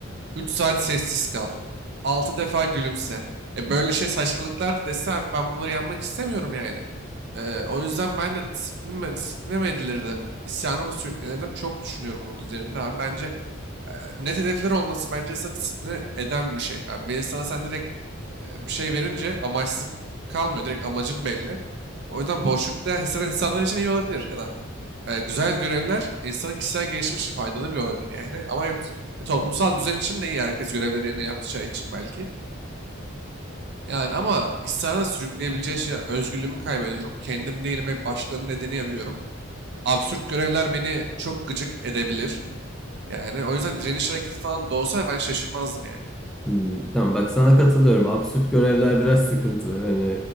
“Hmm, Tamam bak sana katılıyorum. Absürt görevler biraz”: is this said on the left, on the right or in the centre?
Centre